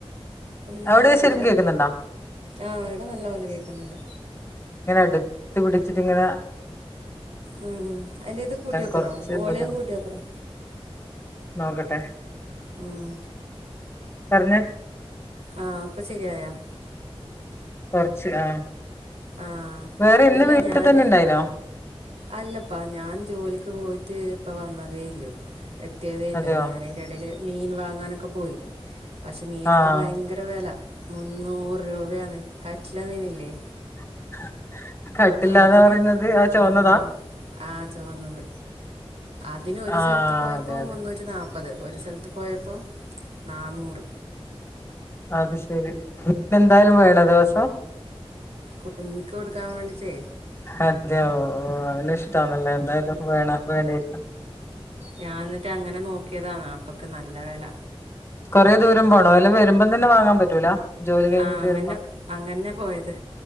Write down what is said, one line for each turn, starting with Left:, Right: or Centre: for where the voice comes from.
Right: ഒന്നും
Left: അവിടെ
Right: പറ്റിയില്ല
Left: ശരിക്കും കേക്കുന്നുണ്ടോ
Right: ആഹ് ഇവിട നല്ല പോലെ കേക്കുന്നുണ്ട്
Left: എടുത്ത് പിടിച്ചിട്ടിങ്ങനെ
Right: ഉം ഉ അയിന്റെ ഇത് കൂട്ടിയൊക്കറോ
Left: കൊറച്ച്
Right: ഓളിയ്
Left: ബുദ്ധി
Right: കൂട്ടിയൊക്കറോ
Left: നോക്കട്ടെ
Right: ഉം
Left: പറഞ്ഞേ
Right: ആ അപ്പ ശരിയായാ
Left: കുറച്ച് ആഹ്
Right: ആഹ്
Left: വേറെ ഇന്ന്
Right: ഇല്ല
Left: വീട്ടിൽ
Right: ഞാന്
Left: തന്നെ ഇണ്ടായിനോ
Right: അല്ലപ്പാ ഞാൻ ജോലിക്ക് പോയിട്ട് ഇപ്പ വന്നതേ ഇല്ലൂ എത്തിയതേല്ലൂ.
Left: അതെയോ
Right: ഞാൻ അയിൻ്റെ എടേൽ മീൻ വാങ്ങാനൊക്കെ പോയി പക്ഷേ മീനൊക്കെ
Left: ആഹ്
Right: ഭയങ്കര വെല മുന്നൂറ് രൂപയാണ് കട്ട്ല മീന് ഇല്ലേ
Left: <unintelligible>
Right: അതിന്
Left: പറയുന്നത് ചുവന്നതാ
Right: ആ ആ ചോന്നത് അതിന് ഒരു
Left: ആഹ്
Right: സെൽത്ത് പോയപ്പം
Left: അതെ അതെ
Right: മുന്നൂറ്റി നാ പ്പത്. ഒരു സെൽത്ത് പോയപ്പം നാന്നൂർ
Left: അത് ശരി ഇപ്പന്തായാലും വേണ ദിവസം
Right: കുഞ്ഞികൊടുക്കാൻ വേണ്ടിട്ടെ
Left: അതെ ഓ അവനിഷ്‌ടാണല്ലേ എന്തായാലും വേണോ വേണേര്ക്കും
Right: ഞാ ഇന്നിട്ട് അങ്ങനെ നോക്കിയതാന്ന് അപ്പക് നല്ല വെല
Left: കൊറേ ദൂരം പോണോ അല്ലെ വരുമ്പംതന്നെ വാങ്ങാൻ പറ്റൂല. ജോലി കഴിഞ്ഞിട്ട്
Right: ആ അങ്ങന്നെ
Left: വരുമ്പോ
Right: അങ്ങന്നെ പോയത്